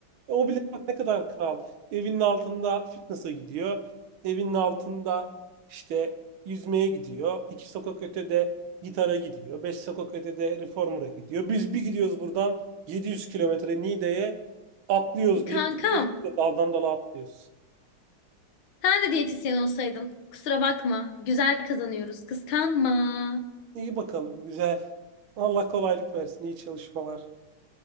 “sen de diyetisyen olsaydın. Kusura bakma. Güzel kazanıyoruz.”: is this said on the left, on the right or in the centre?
Left